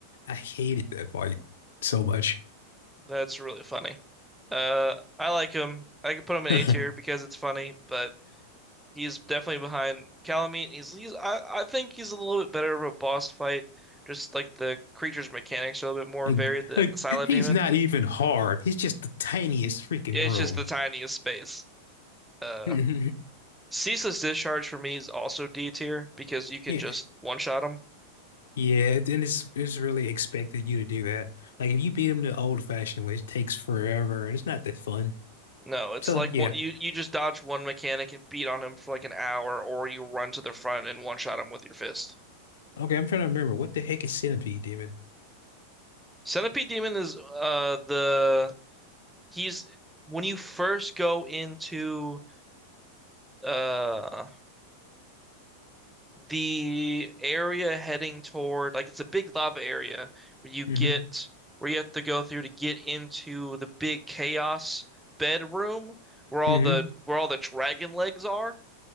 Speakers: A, on the left; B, in the centre.
A: I hated that fight so much.
B: That's really funny. Uh, I like him. I could put him in
A: <laughs>
B: A tier because it's funny, but he's definitely behind Calamite. He's he's I, I think he's a little bit better of a boss fight. Just like the creature's mechanics are a little bit more
A: Like,
B: varied than
A: like
B: the Silent
A: he's
B: Demon.
A: not even hard. He's just the tiniest freaking
B: It's
A: room.
B: just the tiniest space. Uh,
A: <laughs> Mhm.
B: Ceaseless Discharge for me is also D tier because you can
A: Yeah,
B: just one shot him.
A: yeah, it- and it's it's really expected you to do that. Like if you beat him the old fashioned way, it takes forever and it's not that fun.
B: No, it's
A: So
B: like one,
A: yeah,
B: you you just dodge one mechanic and beat on him for like an hour, or you run to the front and one shot him with your fist.
A: okay, I'm trying to remember what the heck is Centipede Demon.
B: Centipede Demon is uh the he's when you first go into uh the area heading toward like it's a big lava area where you get
A: hmm
B: where you have to go through to get into the big chaos bedroom where all
A: hmm
B: the where all the dragon legs are.